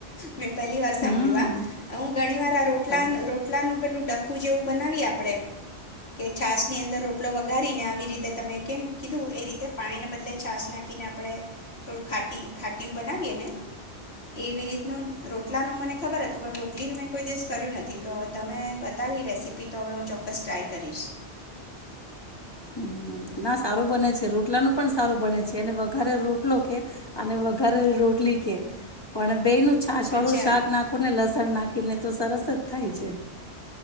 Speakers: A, on the left; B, on the left.
A: મે પહેલી વાર સાંભળ્યું
B: હમ
A: આ, અ ઘણી વાર આ રોટલા
B: હા
A: રોટલાનું પેલું ડખું જેવું બનાવી આપે આપણે, કે છાસ ની અંદર રોટલો વગારીને આવી રીતે તમે કેમ કીધું એ રીતે પાણીને બદલે છાસ નાખીને આપણે થોડું ખાટ ખાટીયું બનાવીએે ને એવી રીતનું રો રોટલાનું મને ખબર હતું પણ રોટલીનું મેં કોઈ દિવસ કર્યું નથી તો તમે બતાવી રેસીપી તો હવે હું ચોક્કસ ટ્રાય કરીશ.
B: હમ ના સારું બને છે રોટલા ન પણ સારું બને છે અને વઘારે રોટલો કે, અને વઘારે રોટલી કે, પણ બે ન છાસવાળું
A: અચ્છા
B: શાક નાખો ને લસણ નાખે ને તો સરસ જ થાય છે.